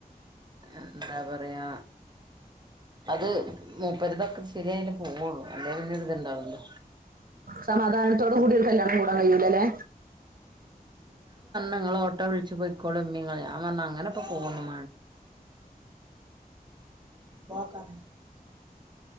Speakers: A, on the right (about 30°); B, on the right (about 70°).
A: എന്താ പറയാ അത് മൂപ്പരതൊക്കെ ശരിയായാലേ പോവുള്ളു അല്ലേ പിന്നൊരുതുണ്ടാവുല്ല
B: സമാധാനത്തോടു കൂ കൂടാ കയ്യൂല്ല ല്ലെ
A: നിങ്ങള ഓട്ടോ വിളിച്ച് പൊയ്ക്കോളുംമ്മ ങ്ങളും അങ്ങനെപ്പോ പോകൊന്നും വാ <unintelligible>